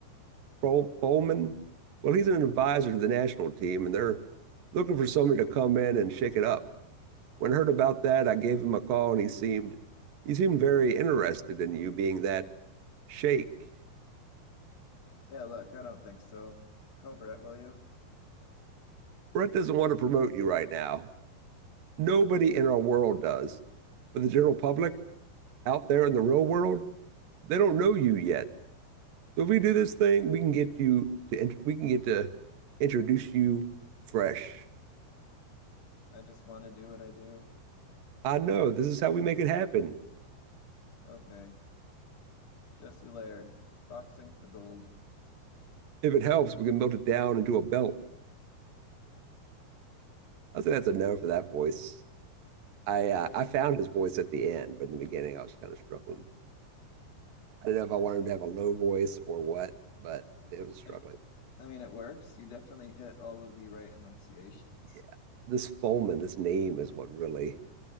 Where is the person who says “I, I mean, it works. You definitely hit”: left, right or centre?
Left